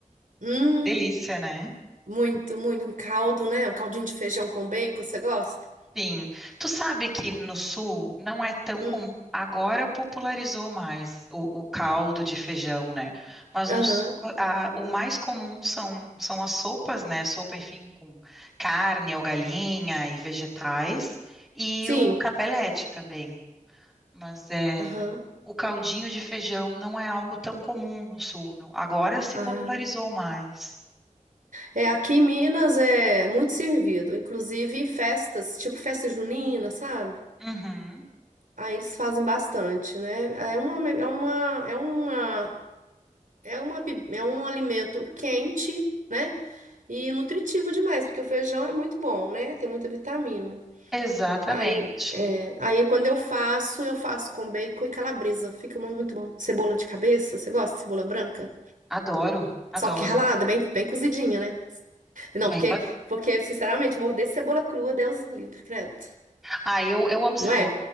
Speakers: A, on the right; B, in the centre.
A: Hum,
B: Delícia, né?
A: Muito, muito. Um caldo, né? Um caldinho de feijão com bacon, você gosta?
B: Sim. Tu sabe que no sul não é tão
A: hum.
B: comum. Agora popularizou mais o, o caldo de feijão, né? Mas
A: Aham.
B: no sul, a- o mais comum são, são as sopas, né? Sopa, enfim, com carne ou galinha e vegetais. E
A: Sim.
B: o capelete também. Mas é,
A: Aham.
B: o caldinho de feijão não é algo tão comum no sul, não. Agora se
A: Ah.
B: popularizou mais.
A: É, aqui em Minas é muito servido, inclusive em festas, tipo festa junina, sabe?
B: Uhum,
A: Ah, eles fazem bastante, né? É uma, é uma, é uma, é uma, bi- é um alimento quente, né? E nutritivo demais, porque o feijão é muito bom, né? Tem muita vitamina.
B: exatamente.
A: Aí, é, aí quando eu faço, eu faço com bacon e calabresa. Fica muito, muito bom. Cebola de cabeça, você gosta de cebola branca?
B: Adoro, adoro.
A: Só que ralada, bem, bem cozidinha, né? Não,
B: Ai,
A: porque,
B: eu, ad-
A: porque, sinceramente, morder cebola crua, Deus me livre, credo.
B: ai, eu, eu amo cebola.
A: Não é?